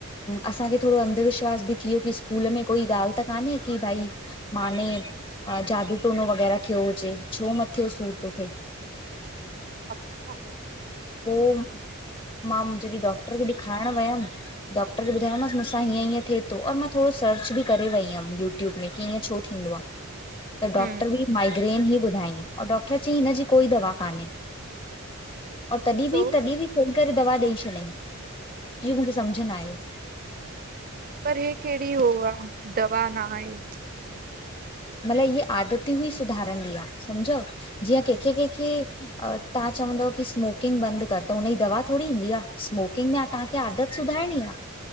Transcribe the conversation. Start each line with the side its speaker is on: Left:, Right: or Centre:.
Left: असांखे थोड़ो अंधविश्वास बि थि वियो कि स्कूल में कोई ॻाल्हि त कान्हे की भई मां ने, जादू, टोनो वगैरा थियो हुजे, छो मथे सूर थो थिए। <unintelligible>
Right: अच्छा।
Left: पोइ मां, मा जॾहिं डॉक्टर खे ॾेखारण वयमि डॉक्टर ॿुधायो मांस मूं सां हीअं, हीअं थिए थो, और मां थोड़ो सर्च बि करे वई हुअमि यू ट्यूब में, कि इंअं छो थियो? थींदो आ। त डॉक्टर
Right: हम्म
Left: बि माइग्रेन ई ॿुधायईं। और डॉक्टर चईं हिनजी कोई दवा कान्हे। और तॾहिं बि,
Right: छो
Left: तॾहिं बि चैक करे दवा ॾेई छॾियईं, इहो मूंखे समुझ न आयो।
Right: पर हे कहिड़ी उ आ, दवा न आहे।
Left: मतलब इ आदती हुई सुधारंदी आ, समझो। जीअं केंखे- केंखे तव्हां चवंदव की स्मोकिंग बंद कर त हुनजी दवा थोड़ी ईंदी आ, स्मोकिंग में तव्हां इया आदत सुधारणी आ!